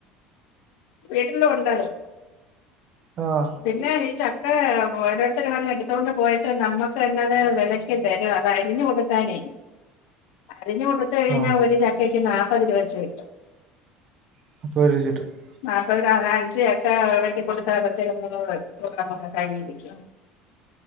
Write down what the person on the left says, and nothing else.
വീട്ടിലും ഉ ണ്ടത്
പിന്നെ ഈ ചക്ക ഓരോരുത്തർ വന്ന് എടുത്തോണ്ട് പോയിട്ട് നമ്മുക്ക് തന്നത് വില തരും അത് അരിഞ്ഞു കൊടുക്കാനേ അരിഞ്ഞു കൊടു കഴിഞ്ഞാൽ
ഒരു ചക്കയ്ക്ക് നാൽപ്പത് രൂപച്ച കിട്ടും.
നാല്പ്പതിന നാല അഞ്ച് ചക്ക വെട്ടിക്കൊടുത്ത ഒക്കെ കരിക്ക